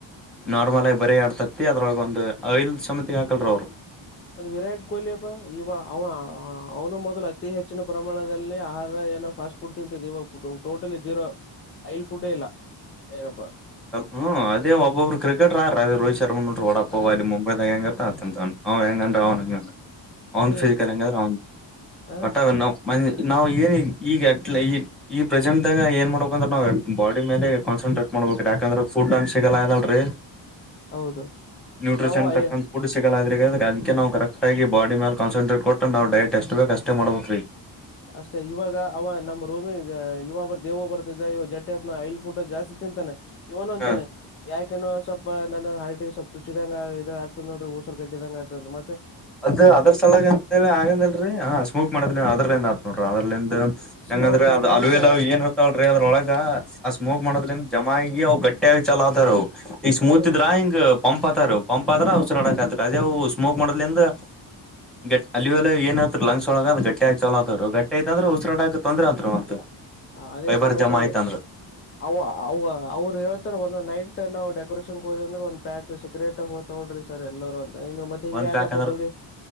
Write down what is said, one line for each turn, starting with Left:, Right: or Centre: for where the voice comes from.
Centre: ನಾರ್ಮಲ್ ಆಗಿ ಬರೆ ಯಾಡ್ ತತ್ತಿ ಅದ್ರಾಗ ಒಂದು ಆಯಿಲ್ ಸಮತಿಗೆ ಹಾಕಲ್ರ ಅವ್ರು.
Left: ಅದು ವಿರಾಟ್ ಕೊಹ್ಲಿ ಅಪ್ಪಾ ಇವ ಅವನು ಮೊದಲು ಅತಿ ಹೆಚ್ಚಿನ ಪ್ರಮಾಣದಲ್ಲಿ ಆಹಾರ ಫಾಸ್ಟ್ ಫುಡ್ ತಿಂತಿದ್ದ ಇವಾಗ ಟೋಟಲ್ಲಿ ಜೀರೋ ಐಲ್ ಫುಡ್ಡೇ ಇಲ್ಲ. ಏನಪ್ಪಾ
Centre: ಹ್ಮ
Left: ಹ
Centre: ಅದೇ ಒಬ್ಬೊಬ್ರು ಕ್ರಿಕೆಟರಾ ಅದರ ರೋಹಿತ್ <inaudible> ವಾಡಾಪವ್
Left: ಹ
Centre: ಅಲ್ಲಿ ಮುಂಬೈದಾಗ ಹೆಂಗ ಇರತಾವ ಹೆಂಗ ತಿಂತಾನ ಅವ ಹೆಂಗ ಅಂದ್ರ
Left: ಹ,
Centre: ಅವ ಅವನ್
Left: ಅದೇ
Centre: ಫಿಸಿಕಲ್ ಹೆಂಗಾದ್ರ ಅವ
Left: ಹ
Centre: <unintelligible> ನಾವು ಏನ್ ಈಗ ಎ ಈ ಈ ಪ್ರೆಸೆಂಟ್ ದಾಗ ಏನ್ ಮಾಡ್ಬೇಕಂದ್ರ ನಾವು ಬಾಡಿ ಮೇಲೆ ಕಾನ್ಸಂಟ್ರೇಟ್ ಮಾಡ್ಬೇಕ್ರೀ ಯಾಕಂದ್ರ ಫುಡ್ ಅಂಶ ಸಿಗಲ್ಲ ಅದಲ್ರರಿ
Left: ಹೌದು
Centre: ನ್ಯೂಟ್ರಿಷನ್
Left: ನಾವು ಅಯ
Centre: ತಕ್ಕಂತ ಫುಡ್ ಸಿಗಲ್ಲರಿ. ಏಕೆಂದ್ರೆ ಅದಕ್ಕೆ ನಾವ ಕರೆಕ್ಟಾಗಿ ಬಾಡಿ ಮೇಲ ಕನ್ಸನ್ಟ್ರೇಟ್ ಕೊಟ್ಟ ನಾವ ಡಯಟ್ ಎಸ್ಟ ಬೇಕಕ್ಷ್ಟೇ ಮಾಡ್ಬೇಕ್ರೀ.
Left: ಅಷ್ಟೆ ಇವಾಗ ಅವ ನಮ್ಮ ರೂಮಿ ಇವಾಗ ಬರ ದೇವು ಬರ್ತಿದ್ದ ಇವಾಗ ಜಟ್ಟ ಹಬ್ನ ಐಲ್ ಫುಡ್ ಜಾಸ್ತಿ ತಿಂತಾನೆ. ಇವನು ಅಂತಾನೆ
Centre: ಹ
Left: ಯಾ ಯಾಕ ಸ್ವಲ್ಪ ನನ್ ಹಾರ್ಟಿಗೆ ಸ್ವಲ್ಪ ಚುಚಿದಂಗ ಇದು ಆಗ್ತತದ ನೋಡ್ರಿ ಉಸರ್ ಕಟ್ಟಿದಂಗ ಆಗ್ತದ ಮತ್ತೆ -
Centre: ಅದ್ ಅದ್ರ ಸಲಗ ಅಂತ ಹೇಳಿ ಆಗಂದಲ್ರರಿ ಹ ಸ್ಮೂಕ್ ಮಾಡೋದ್ ಆದರದಿಂದ ಆಗ್ತದ. ನೋಡ್ರಿ ಅದ್ರಲಿಂದ
Left: ಸ್ಮೋಕ್
Centre: ಹೆಂಗಂದ್ರೆ ಅ
Left: ಡ್ರಿಂಕ್ಸ್
Centre: ಅಲುವಿಲ್ ಏನ್ ಇರ್ತವ ನೋಡ್ರಿ ಅದ್ರೊಳಗ ಆ ಸ್ಮೋಕ್ ಮಾಡೋದ್ಲಿಂದ ಜಮ ಆಗಿ ಅವು ಗಟ್ಟಿಯಾಗಿ ಚಾಲೋ ಆತಾವ್ರಿ ಅವು ಈ ಸ್ಮೂತ
Left: ಅದೇ
Centre: ಇದ್ರ ಹಿಂಗ್ ಪಂಪ್ ಆತಾವ್ರಿ ಅವು ಪಂಪ್ ಆದ್ರ ಉಸರಾಡಕ್ ಆತ್ರಿ ಅದೇ ಅವೂ ಸ್ಮೋಕ್ ಮಾಡದಲಿಂದ ಗಟ್ ಅಲ್ಲಿವೆಲ್ಲ ಏನ್ ಹೇಳ್ತ್ರ ಲಂಗ್ಸ ಒಳಗ ಅದು ಗಟ್ಟಿಯಾಗಿ ಚಾಲೋತರಿ ಅವು ಗಟ್ಟಿ ಆಯ್ತಂದ್ರ ಉಸಿರಾಡಕ್ ತೊಂದ್ರ ಆತದ್ರಿ ಮತ್.
Left: ಹ ಅದೇ
Centre: ಫೈಬರ್
Left: ಸಮಸ್ಯೆ
Centre: ಜಮಾ ಆಯ್ತಂದ್ರ
Left: ಅವ ಅವ ಅವ್ರು ಹೇಳ್ತಾರ ಒಂದ ನೈಟ್ ನಾವು ಡೆಕೋರೇಷನ್ ಕ ಹೋದೇವ್ ಅಂದ್ರ ಒಂದ ಪ್ಯಾಕ್ ಸೀಗರೆಟ್ ಹೊತವ್ ನೋಡ್ರಿ ಸರ್ ಎಲ್ಲೊರು ಅಂತ್. ಮತ್ತ ಹಿಂಗ್ಯಾಕ್ಕಪ್ಪ
Centre: ಒಂದ್ ಪ್ಯಾಕ್ ಅಂದ್ರ
Left: ದುಡ